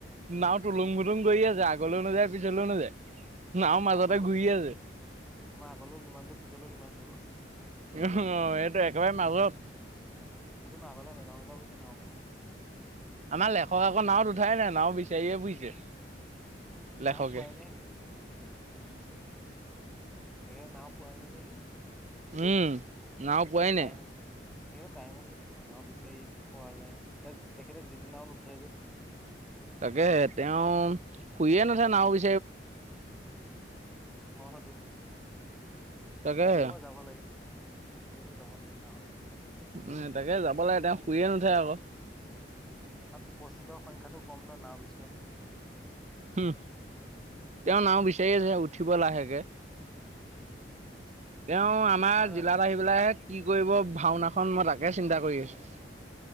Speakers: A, on the right; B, in the centre.
A: নাও
B: তুমি
A: তোলুং ভূতুং কৰি আছে আগলৈও নাযায় পিছলৈও নাযায় নাওঁ
B: তুমি
A: মাজতে
B: আগলৈ
A: ঘূৰি আছে।
B: তোমাৰ আগলৈও যিমান দূৰ পিছলৈও সিমান দূৰ।
A: উ এইটো একেবাৰে মাজত।
B: ম কিন্তু আগালে নেজাও নেজাও নাওঁ খনে।
A: আমাৰ লেখক আকৌ নাওঁত উঠাই নাই নাওঁ বিচাৰিয়ে ফুৰিছে।
B: সেই দিনাখন
A: লেখকে
B: পুৱাই নাই নি।
A: <unintelligible>
B: তেখেতে নাওঁ পোৱাই নাই নেকি।
A: উম নাও পোৱাই
B: তেওঁ
A: নাই
B: টাইম আছে। তেখেতৰ টাইম আছে নাওঁ বিচাৰি ফোৱালে তেখেতে যিদিনাও নুঠে যে।
A: তাকে তেওঁ শুইয়ে নুঠে নাওঁ বি।
B: অ টো।
A: তাকেহে
B: বিচাৰিব যাব লাগে বিচাৰিব যাব লাগে নাওঁ।
A: উম তাকে যাব লাগে তেওঁ শুইয়ে নুঠে আকৌ।
B: তাত উপস্থিতৰ সংখ্যাটো কম ন নাওঁ বিচৰা।
A: উম তেওঁ নাওঁ বিচাৰি আছে উঠিব লাহেকে।
B: উম
A: তেওঁ আমাৰ
B: নাই নাই
A: জিলাত আহি পেলাই কি কৰিব। ভাওনাখন মই তাকে চিন্তা কৰি আছো।